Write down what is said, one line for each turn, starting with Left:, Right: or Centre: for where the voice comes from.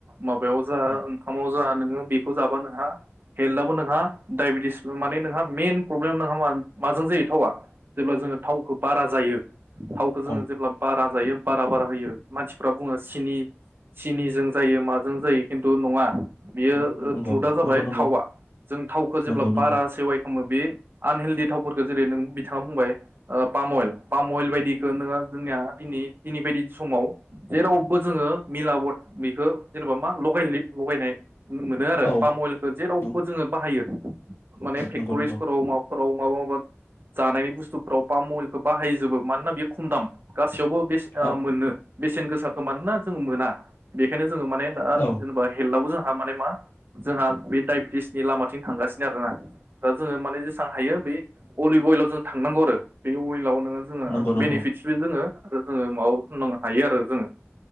Right: माबायाव जा
Left: औ
Right: ओंखामाव जा नोङो बेखौ जाबा नोंहा हेल्दाबो नोंहा दायबेटिस माने नोंहा मेन प्रब्लेम नोंहा मा माजों जायो थावा? जेब्ला जोङो थावखौ बारा जायो थावखौ जोङो
Left: औ
Right: जेब्ला बारा जायो बारा बारा होयो मानसिफ्रा बुङो सिनि सिनिजों जायो माजों जायो। खिन्थु नङा। बेयो
Left: नंगौ
Right: त्रुदा जाबाय
Left: नंगौ नंगौ
Right: थावा, जों थावखौ जेब्ला
Left: नंगौ नंगौ
Right: बारा पे खामो बे आन हेल्दि थावफोरखो जेरै नों बिथाङा बुंबाय ओ पाम अइल पाम अइल बायदिखो नोङो जोंनिया दिनै दिनै बायदि समाव जेरावबो जोङो मिलावद बेखो जेनेबा मा लगाय लि लगायनाय मोनो आरो
Left: औ
Right: पाम अइलखो जेरावबो
Left: नं-
Right: जोङो बाहायो माने फेक्टरिसफोराव
Left: नंगौ नंगौ
Right: मा फोराव माबा माबा जानायनि बुुस्टुफोराव पाम अइलखो बाहायजोबो मानोना बेयो खम दाम गा सैयावबो बेस
Left: औ
Right: ओ मोनो बेसेन गोसाखो मानोना जों मोना बेखायनो जोङो माने दा
Left: औ
Right: जेनेबा हेल्थआवबो जोंहा माने मा जोंहा बे डायबेटिसनि लामाथिं थांगासिनो आरो दा जोङो माने जेसां हायो बै अलिब अइलाव जों थांनांगौ आरो। बे अइल लाव नोङो जोङो
Left: नंगौ नंगौ
Right: बेनिफिटसबो दोङो आरो जोङो माबा फोनांनो हायो आरो जोङो